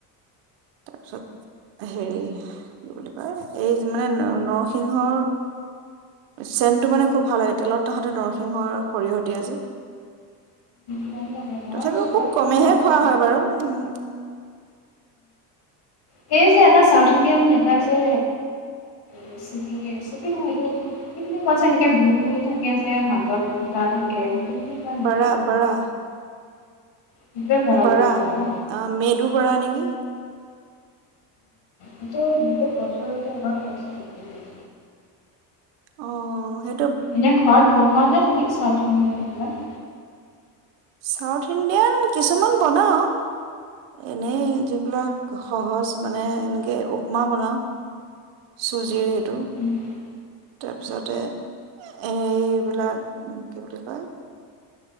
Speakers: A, on the right; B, on the left.
A: তাৰপিছত হেৰি কি বুলি কয় এই মানে নৰসিংহৰ চেনটো মানে খুব ভাল লাগে তেলত তাহাতে নৰসিংহ আৰু সৰিয়হ দিয়ে যে।
B: ভাল লাগে ন
A: তথাপিও
B: চব
A: খুব কমেইহে
B: ভাল নাপাও।
A: খোৱা হয় বাৰু উম,
B: সেই যে এটা চাউথ ইণ্ডিয়ান এটা যে, ৰেচিপি ৰেচিপি নহয় এইটো কি বুলি কৈছে যে, এনেকে গোল গোল থাকে যে মাজত ফুটা থাকে কি বা নামটো
A: বাৰা বাৰা?
B: সেইটোৱে
A: বৰা।
B: বুলি কয়
A: অ',
B: ন?
A: মেদু বৰা নেকি
B: এইটো বহুত বছৰ আগতে এবাৰ খাইছিলো।
A: অ', অ', সেই
B: এনে ঘৰত বনোৱা নে তুমি? চাউথ ইণ্ডিয়ান এইবিলাক?
A: চাউথ ইণ্ডিয়ান কিছুমান বনাওঁ এনেই যিবিলাক সহজ মানে এনেকৈ উপপমা বনাওঁ চুজিৰ সেই টো
B: এইবিলাক?
A: তাৰ পিছতে এইবিলাক কি বুলি কয়?